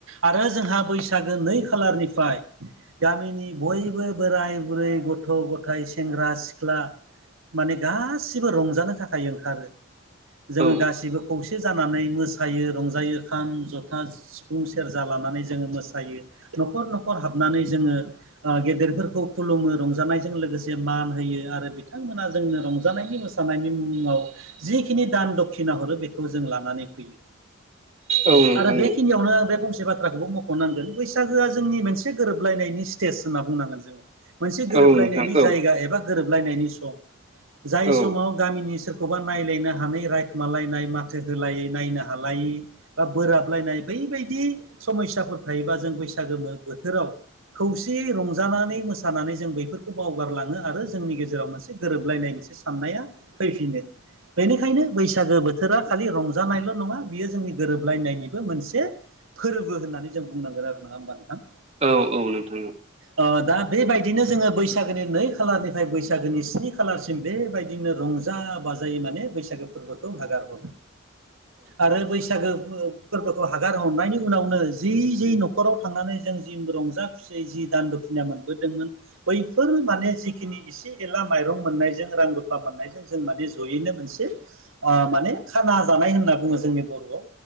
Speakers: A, on the right; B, on the right.
A: आरो जोंहा बैसागो नै खालारनिफ्राय गामिनि बयबो बोराय बुरै गथ' गथाय सेंग्रा सिख्ला माने गासिबो रंजानो थाखाय ओंखारो जोङो
B: औ
A: गासिबो खौसे जानानै मोसा यो रंजायो खाम जथा सिफुं सेरजा लानानै जोङो मोसायो न'खर न'खर हाबनानै जोङो ओ गेदेरफोरखौ खुलुमो रंजानायजों लोगोसे मान होयो आरो बिथांमोना जोंनो रंजानायनि मोसानायनि मुङाव जिखिनि दान दक्खिना हरो बेखौ जों लानानै फैयो
B: औ नोंथां
A: <inaudible> आरो बेखिनियावनो
B: औ
A: आं बे फंसे बाथ्राखौबो मख'नांगोन बैसागोआ जोंनि मोनसे गोरोब गोरोबलायनायनि स्टेज होनना बुंनांगोन जोंङो मोनसे
B: औ
A: गोरोबलायनायनि
B: नोंथां औ नोंथां औ नोंथां औ
A: जायगा
B: औ
A: एबा गोरोबलायनायनि सम
B: औ
A: जाय
B: औ नोंथां औ
A: समाव
B: नोंथां औ
A: गामिनि सोर खौबा नायलायनो हानाय रायखुमालायनाय माथो होलायै नायनो हालायै बा बोराबलायनाय बैबायदि बिदि समयसाफोर थायोबा जों बैसागो बोथोराव खौसेयै रंजानानै मोसानानै जों बेैफोरखौ बावगारलांङो आरो जोंनि गेजेराव मोनसे गोरोबलायनाय मोनसे साननाया फैफिनो बेनिखायनो बैसागो बोथोरा खालि रंजानायल' नंङा बियो जोंनि गोरोबलायनायनिबो मोनसे फोरबो होननानै जों बुंनांगोन आरो ना नंङा होनबा नोंथां?
B: औ औ नोंथां
A: ओ दा बेबायदिनो जोंङो बैसागोनि नै खालारनिफ्राय बैसागोनि स्नि खालारसिम बेबायदिनो रं जा बाजायै माने बैसागो फोरबोखौ नागार हरो आरो बैसागो फो फोरबोखौ हगार हारनायनि उनावनो जि जि न'खराव थांनानै जों जि रंजा खुसियै जि दान्दखिनिया मोनबोदोंमोन बैफोर माने जिखिनि एसे एला माइरं मोननायजों रां रुफा मोननायजों जों माने जयैनो मोनसे ओ माने खाना जानाय होनना बुंङो जोंनि बर'आव